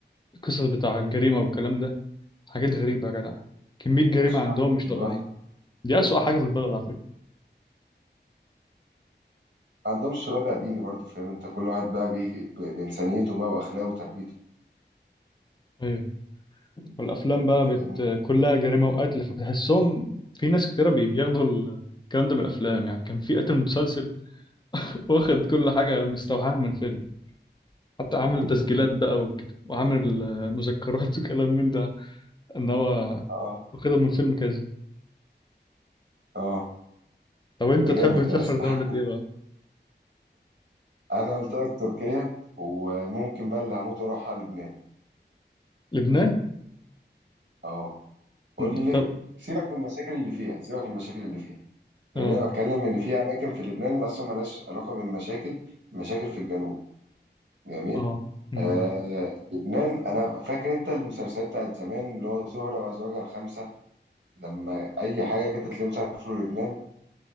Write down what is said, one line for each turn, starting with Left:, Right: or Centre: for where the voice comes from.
Left: القصص بتاع الجريمه والكلام ده حاجات غريبه يا جدع كميه
Right: ملهاش
Left: جريمه عندهم
Right: فهم في
Left: مش
Right: الجغرافيا
Left: طبيعيه دي أسوأ حاجة في البلد على
Right: ما عندهمش رادع ديني برضه فاهم انت كل واحد بقى بي... ب... بانسانيته بقى واخلاقه وتربيته
Left: ايوه والافلام بقى بت...
Right: فاهمني
Left: كلها جريمه وقتل فبتحسهم في ناس كتيره بي- بياخدوا ال- الكلام ده من الافلام يعني كان في قتل متسلسل <laughs> واخد كل حاجه مستوحاه من فيلم حتى عامل
Right: <laughs>
Left: تسجيلات بقى وكت... وعامل آه، مذكرات <laughs> وكلام من ده ان هو
Right: اه
Left: واخدها من فيلم كذا
Right: اه
Left: طب انت
Right: ده
Left: تحب
Right: جامد
Left: تسافر
Right: ده يا اسطى
Left: دوله
Right: <laughs>
Left: ايه بقى
Right: انا قلت لك تركيا وممكن بقى اللي هموت واروح على لبنان
Left: لبنان
Right: اه قول
Left: مم.
Right: لي ليه
Left: طب
Right: سيبك من المشاكل اللي فيها سيبك من المشاكل اللي فيها
Left: اه
Right: جميل أنا بتكلم ان في اماكن في لبنان اصلا ملهاش علاقه بالمشاكل مشاكل في الجنوب جميل
Left: اه امم
Right: اه آه لبنان انا فاكر انت المسلسلات بتاعت زمان اللي هو زهرة وزوجها الخمسة لما اي حاجة كده تلاقيهم سافروا لبنان